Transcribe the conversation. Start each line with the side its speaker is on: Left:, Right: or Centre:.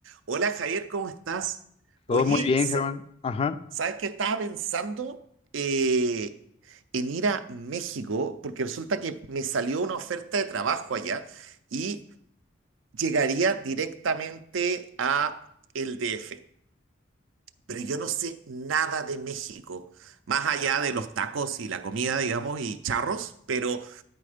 Right: Hola Javier, ¿cómo estás?
Left: Todo
Right: Oye,
Left: muy bien,
Right: sa-
Left: Germán. Ajá.
Right: ¿sabes qué estaba pensando? Eh, en ir a México, porque resulta que me salió una oferta de trabajo allá y llegaría directamente a el DF. Pero yo no sé nada de México, más allá de los tacos y la comida, digamos, y charros, pero